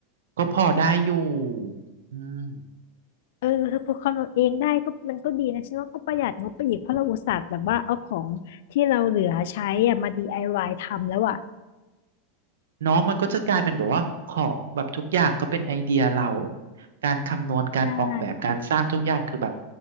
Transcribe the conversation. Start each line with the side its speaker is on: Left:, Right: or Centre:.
Right: ก็พอได้อยู่อืม
Left: เออเธอพอคำนวณเองได้ก็มันก็ดีนะฉันว่าก็ประหยัดงบไปอีกเพราะเราอุตส่าห์แบบว่าเอาของที่เราเหลือใช้อะมา DIY ทำแล้วอะ
Right: เนาะมันก็จะกลายเป็นแบบว่าของแบบทุกอย่างก็เป็นไอเดียเราแบบการคำนวณการออกแบบการสร้างทุกอย่างคือแบบ
Left: ใช่